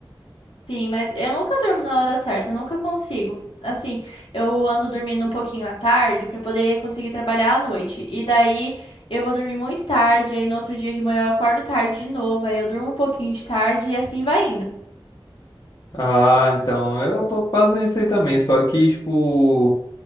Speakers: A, on the left; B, on the left.
A: Sim, mas eu nunca durmo na hora certa, eu nunca consigo. Assim, eu ando dormindo um pouquinho à tarde pra poder conseguir trabalhar à noite. E daí eu vou dormir muito tarde, aí no outro dia de manhã eu acordo tarde de novo, aí eu durmo um pouquinho de tarde e assim vai indo.
B: Ah, então, eu tô quase nisso aí também, só que, tipo,